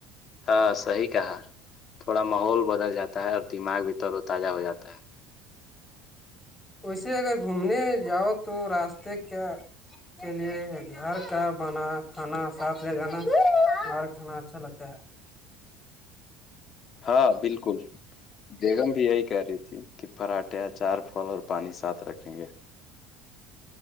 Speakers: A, on the left (about 45°); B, on the left (about 15°).
A: ہاں صحیح کہا تھوڑا ماحول بدل جاتا ہے اور دماغ بھی تور و تازہ ہو جاتا ہے
B: ویے اگر گھومنے جاؤ تو راستے کیا کے لیے گھر کا بنا کھانا ساتھ لے جانا باہر کھانا اچھا لگتا ہے
A: ہاں بالکل بیگم بھی یہی کہہ رہی تھی ٹھیک کہ پراٹھے چار پھول اور پانی ساتھ رکھیں گے